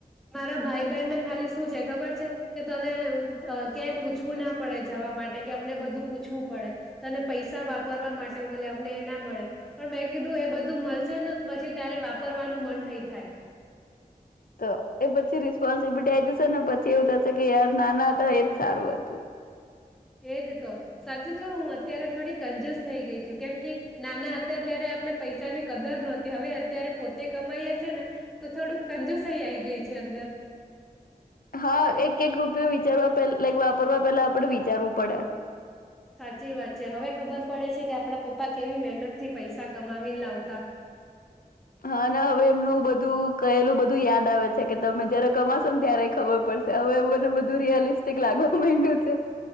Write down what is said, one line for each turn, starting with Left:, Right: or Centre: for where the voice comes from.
Centre: મારા ભાઈ બહેનને ખાલી શું છે ખબર છે કે તને અ ક્યાંય પૂછવું ના પડે જવા માટે કે અમને બધું પૂછવું પડે તને પૈસા વાપરવા માટે મળે અમને એ ના મળે પણ મેં કીધું એ બધું મળશે ને પછી ત્યારે વાપરવાનું મન નહી થાય.
Left: તો એ પછી રિસ્પોન્સિબિલિટી આ આવી જશે ને પછી એવું થશે કે યાર નાના હતા એજ સારું હતું.
Centre: એજ તો સાચું કહું હું અત્યારે થોડી કંજૂસ થઈ ગઈ છુ. કેમ કે નાના હતા ત્યારે આપને પૈસાની કદર નહોતી. હવે અત્યારે પોતે કમાઈએ છે ને તો થોડુંક કંજૂસ થઈ આવીઈ ગઈ છે અંદર.
Left: હા એક એક રૂપિયો વિચારવા પડ લાઇક વાપરવા પેલા આપડે વિચારવું પડે.
Centre: સાચી વાત છે હવે ખબર પડે છે કે આપડા પપ્પા કેવી મહેનત થી પૈસા કમાવી લાવતા.
Left: હા અને હવે એમનું બધું કહેલું બધું યાદ આવે છે કે તમે જયારે કમાશો ને ત્યારે ખબર પડશે હવે મને બધું રિયલિસ્ટિક લાગવા માંડ્યું છે.